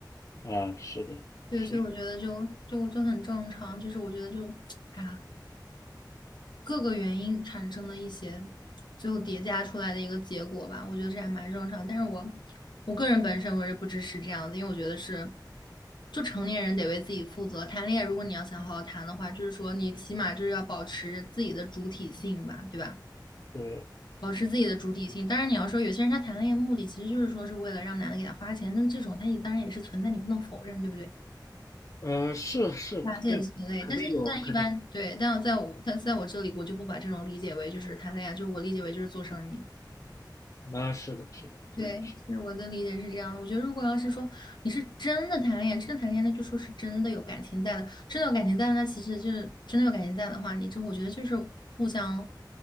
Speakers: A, on the left (about 45°); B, on the left (about 70°).
A: 啊，是的，
B: 对，
A: 是的，
B: 所以我觉得就就就很正常，就是我觉得就，哎呀，各个原因产生的一些最后叠加出来的一个结果吧，我觉得这还蛮正常。但是我我个人本身我是不支持这样子，因为我觉得是，就成年人得为自己负责。谈恋爱，如果你要想好好谈的话，就是说你起码就是要保持自己的主体性吧，对吧？
A: 对，
B: 保持自己的主体性。当然，你要说有些人他谈恋爱目的其实就是说是为了让男的给他花钱，那这种他也当然也是存在，你不能否认，对不对？
A: 呃，是是，
B: 发现是挺累，
A: 对，肯定有，
B: 但是但一般对，
A: 肯定，
B: 但我在我他在我这里，我就不把这种理解为就是谈恋爱，就是我理解为就是做生意。
A: 啊，是的，是的，对，
B: 对，是我的理解是这样的。我觉得如果要是说你是真的谈恋爱，真的谈恋爱，那就说是真的有感情在的，真的有感情在的那其实就是真的有感情在的话，你这我觉得就是互相